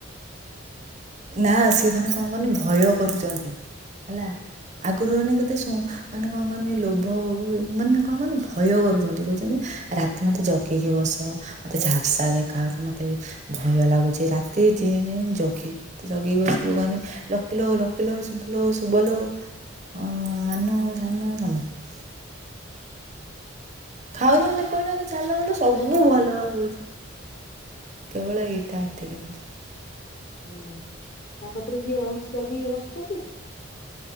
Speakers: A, on the right; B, on the left.
A: ନା ସେ ମାନେ ଭୟ କରୁଚନ୍ତି ହେଲା। ଆଗରୁକେତେ ଶୁଣ ମାନେ କଣ କରନି ଲୋଭ ମାନେ କଣ କରନି ଭୟ କରୁଛନ୍ତି କହୁଛନ୍ତି ରାତି ମତେ ଜଗିକି ବସ ମତେ ଝାପ୍ସା ଦେଖ କାହା ମତେ ଭୟ ଲାଗୁଚି ରାତି ଯେ ଜଗି ଜଗି ବସିବୁ ମାନେ ଲକିଲୋ ଲୋକିଲୋ ଶୁଭଲୋ ଶୁଭଲାନୁ ସାନୁ ସମସ୍ତ <inaudible> ଖାଉଛନ୍ତି ପିଉଛନ୍ତି ଚାଲୁଛନ୍ତି ସବୁ ଭଲ ବା କହୁଛି। କେବଳ ଏଇଟା ଏତିକି ଜିତିଷ।
B: ହୁଁ ତାଙ୍କୁ କିଏ ରହୁ ଜଗି ବସିଛନ୍ତି?